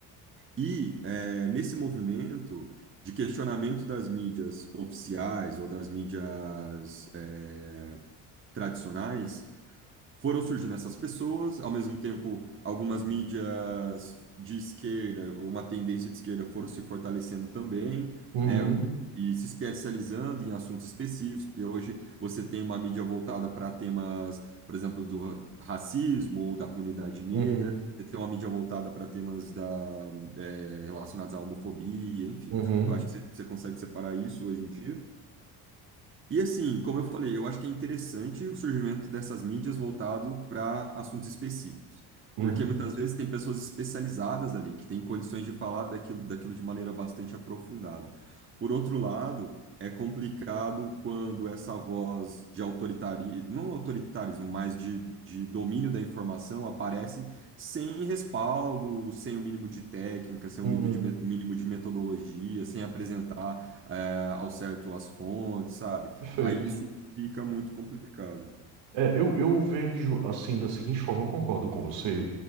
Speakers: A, on the right; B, on the right.
A: E, é, nesse movimento de questionamento das mídias oficiais ou das mídias, é, tradicionais, foram surgindo essas pessoas, ao mesmo tempo, algumas mídias de esquerda, uma tendência de esquerda foram se fortalecendo também,
B: uhum,
A: né? E se especializando em assuntos específicos, porque hoje você tem uma mídia voltada para temas, por exemplo, do ra- racismo ou da comunidade negra,
B: uhum,
A: você tem uma mídia voltada para temas da, eh, relacionados à homofobia, enfim.
B: uhum,
A: Eu acho que você você consegue separar isso hoje em dia. E assim, como eu falei, eu acho que é interessante o surgimento dessas mídias voltado para assuntos específicos,
B: uhum,
A: porque muitas vezes tem pessoas especializadas ali que têm condições de falar daquilo, daquilo de maneira bastante aprofundada. Por outro lado, é complicado quando essa voz de autoritarismo, não autoritarismo, mas de, de domínio da informação aparece sem respaldo, sem o mínimo de técnica, sem
B: uhum.
A: o mínimo de me- mínimo de metodologia, sem apresentar, eh, ao certo as fontes, sabe?
B: Perfeito.
A: Aí isso fica muito complicado.
B: É, eu, eu vejo assim da seguinte forma, eu concordo com você,